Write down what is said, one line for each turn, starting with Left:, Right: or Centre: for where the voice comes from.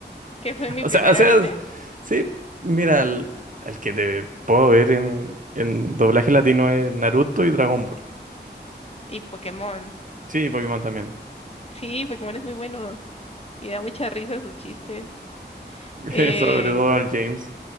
Left: que fue mi
Right: O
Left: primer
Right: sea, o sea,
Left: anime,
Right: sí, mira, el, el que te puedo ver en, en doblaje latino es Naruto y Dragon Ball.
Left: y Pokémon.
Right: Sí, y Pokémon también.
Left: Sí, Pokémon es muy bueno y da mucha risa sus chistes.
Right: <laughs>
Left: Eh,
Right: Sobre Donald James.